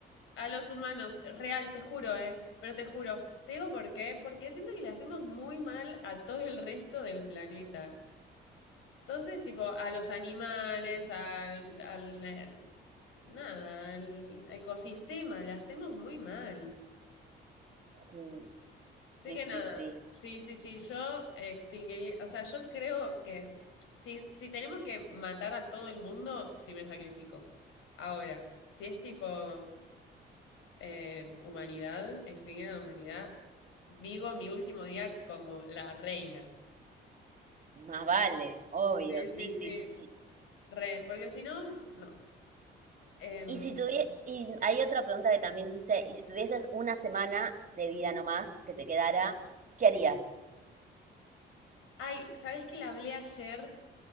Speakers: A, on the left; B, on the right.
A: a los humanos, real, te juro, eh, pero te juro, te digo por qué, porque siento que le hacemos muy mal a todo el resto del planeta. Entonces, tipo, a los animales, al, al, eh, nada, al ecosistema, le hacemos muy mal.
B: <laughs> Sí. Sí,
A: Sí que
B: sí,
A: nada.
B: sí.
A: Sí, sí, sí. Yo extinguiría. O sea, yo creo que si, si tenemos que matar a todo el mundo, sí me sacrifico. Ahora, si es tipo eh, humanidad, extinguir a la humanidad, vivo mi último día como la reina.
B: Más vale, obvio,
A: Sí,
B: sí,
A: sí,
B: sí,
A: sí.
B: sí.
A: Re, porque si no, no. Em,
B: Y si tuvie- y hay otra pregunta que también dice, y si tuvieses una semana de vida nomás que te quedara, ¿qué harías?
A: ay, ¿sabes que la hablé ayer?